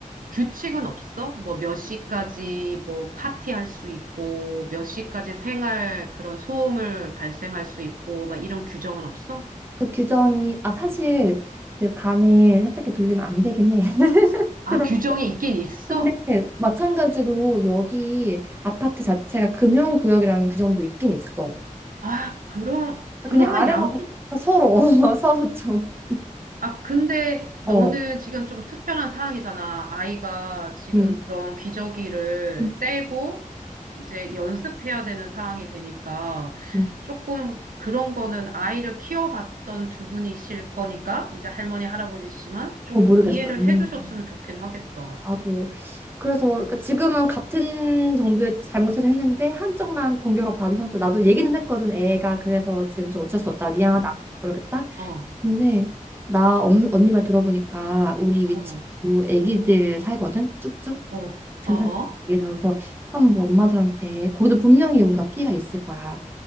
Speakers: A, on the right (about 90°); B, on the right (about 15°).
A: 규칙은 없어? 뭐 몇 시까지 뭐 파티할 수 있고, 몇 시까지 생활 그런 소음을 발생할 수 있고, 막 이런 규정은 없어?
B: 그 규정이 아 사실 그 밤에 세탁기 돌리면 안 되긴 해. <laughs>
A: 아,
B: 그런
A: 규정이 있긴 있어?
B: 근데 마찬가지로 여기 아파트 자체가 금형구역이라는 규정도 있긴 있어.
A: 아, 그럼, 그러면
B: 그냥 아래만
A: 양쪽
B: 서로 <laughs> 서로 좀
A: 아, 근데 너는
B: 어.
A: 지금 좀 특별한 상황이잖아. 아이가 지금
B: 음.
A: 그런 기저귀를
B: 음.
A: 떼고 이제 연습해야 되는 상황이 되니까
B: 음.
A: 조금 그런 거는 아이를 키워봤던 두 분이실 거니까 이제 할머니, 할아버지시지만 좀
B: 어 모르겠어.
A: 이해를
B: 음.
A: 해주셨으면 좋긴 하겠다.
B: 나도 그래서 그러니까 지금은 같은 정도의 잘못을 했는데 한쪽만 공격을 받은 상태로 나도 얘기는 했거든 애가 그래서 지금 좀 어쩔 수 없다 미안하다
A: 아,
B: 그러겠다
A: 어,
B: 근데 나 엄- 언니 말 들어보니까 우리 위치도
A: 어,
B: 애기들 살거든 쭉쭉
A: 어,
B: 증산
A: 어, 어,
B: 애기들 살고. 그래서 한번 엄마들한테 거기도 분명히 뭔가 피해가 있을 거야